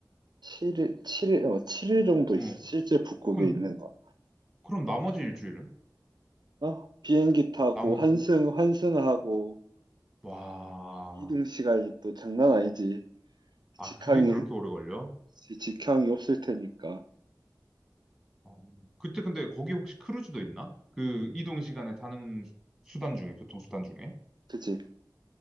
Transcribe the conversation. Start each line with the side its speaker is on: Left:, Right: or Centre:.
Right: 7일, 칠일 어, 칠일 정도 있,
Centre: 어.
Right: 실제 북극에
Centre: 그럼,
Right: 있는 거.
Centre: 그럼 나머지 일주일은?
Right: 어? 비행기 타고
Centre: 나머지,
Right: 환승, 환승하고
Centre: 와.
Right: 이동 시간이 또 장난 아니지.
Centre: 아,
Right: 직항이,
Centre: 그게 그렇게 오래 걸려?
Right: 지- 직항이 없을 테니까.
Centre: 어. 그때 근데 거기 혹시 크루즈도 있나? 그 이동 시간에 타는 수- 수단 중에, 교통수단 중에?
Right: 그치?